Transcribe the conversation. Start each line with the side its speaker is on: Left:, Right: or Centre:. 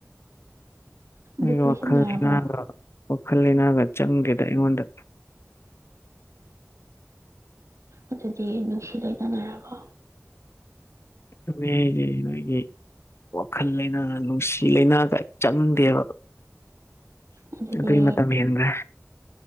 Left: ꯑꯩ
Right: ꯗꯤꯄ꯭ꯔꯦꯁꯟ
Left: ꯋꯥꯈꯜ
Right: ꯅꯥꯔꯕꯣ
Left: ꯂꯩꯅꯥꯒ ꯋꯥꯈꯜ ꯂꯩꯅꯥꯒ ꯆꯪꯗꯦꯗ ꯑꯩꯉꯣꯟꯗ
Right: ꯑꯗꯨꯗꯤ ꯅꯨꯡꯁꯤ ꯂꯩꯅ ꯅꯥꯔꯕꯣ
Left: <unintelligible> ꯋꯥꯈꯜ ꯂꯩꯅꯥꯒ ꯅꯨꯡꯁꯤ ꯂꯩꯅꯥꯒ ꯆꯪꯗꯦꯕꯥ
Right: ꯑꯗꯨꯗꯤ
Left: ꯑꯗꯨꯏ ꯃꯇꯝ ꯍꯦꯟꯒ꯭ꯔꯦ